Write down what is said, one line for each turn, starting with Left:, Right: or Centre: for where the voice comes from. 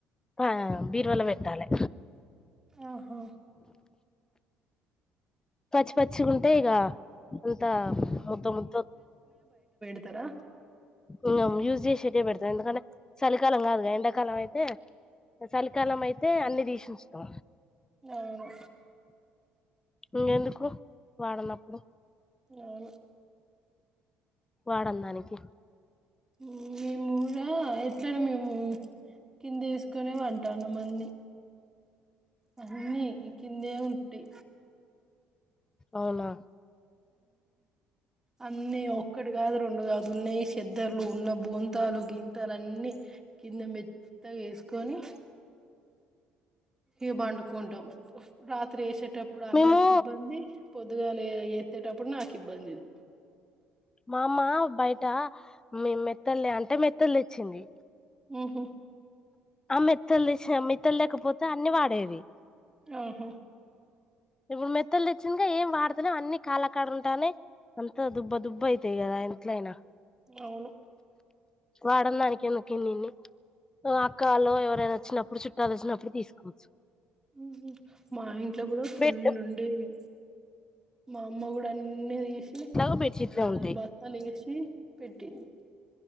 Left: ఆ బీరువాలో పెట్టాలే
Right: ఆహా
Left: పచ్చి పచ్చికుంటయిగా అంత ముద్ద ముద్ద
Right: ఇత్తార
Left: ఇ యూజ్ చేసిఇటే పెడతాం ఎందుకంటే చలికాలం కాదుగా ఎండాకాలం అయితే చలికాలం అయితే అన్ని తీసు చూస్తా
Right: ఆవును
Left: ఇంగ ఎందుకు వాడనప్పుడు
Right: అవును
Left: వాడందానికి
Right: అ మేము ర <unintelligible> అట్లా నె మేము కింద వేసుకొనే వంటాము మన్ని అన్నీ కిందే ఉంటయి
Left: అవునా
Right: అన్ని ఒక్కటి కాదు రెండు కాదు ఉన్నాయి చెద్దర్లు ఉన్న బొంతాలు గింతాలు అన్ని కింద మెత్త గా వేసుకొనీ ఇహ బండుకుంటం రాత్రి ఏసె ప్పుడు అన్నకి
Left: మేము
Right: ఇబ్బంది పొద్దుగాలు ఎత్తేటప్పుడు నాకు ఇబ్బందిది
Left: మా అమ్మ బయట అమ్మి మెత్తల్లె అంటే మెత్తల్లు తెచ్చింది
Right: ఉహు
Left: ఆ మెత్తలు తీసేయ్ మెత్తలు లేకపోతే అన్ని వాడేవి.
Right: ఓహో
Left: ఇప్పుడు మెత్తలు తెచ్చిందిగా ఏం వాడుతాలేం అన్ని కాళ్ల కాడ ఉంటాన్నై, అంత దుబ్బ దుబ్బ అయితయి కదా ఎంట్లయినా
Right: అవును
Left: వాడన్ దానికి ఎందుకిన్నిన్ని, ఆ అక్కలో ఎవరైనా వచ్చినప్పుడు చుట్టాలచ్చినప్పుడు తీసుకోవచ్చు.
Right: ఉహు మా ఇంట్లో కూడా ఫుల్
Left: బెడ్
Right: ఉండేవి. మా అమ్మ గుడ అన్నీదీస్ సి
Left: ఎట్లాగో బెడ్షీట్లే
Right: ఆ
Left: ఉంటాయి
Right: బత్తాల ఏసి పెట్టింది.